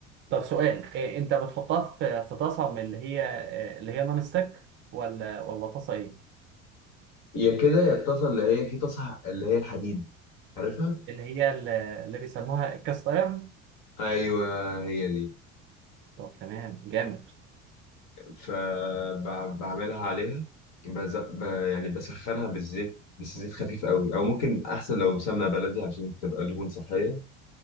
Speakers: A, on the right; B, on the left.
A: طب سؤال إيه انت بتحطها في في طاسه من اللي هي آه، اللي هي نون ستيك ولا ولا طاسه ايه؟
B: يا كده يا الطاسه اللي هي في طاسه اللي هي الحديد عارفها
A: اللي هي ال- اللي بيسموها الكاست ايرون
B: ايوه هي دي
A: طب تمام جامد
B: فبعملها عليها بز... ب... يعني بسخنها بالزيت بس زيت خفيف قوي او ممكن احسن لو سمنه بلدي عشان تبقى دهون صحيه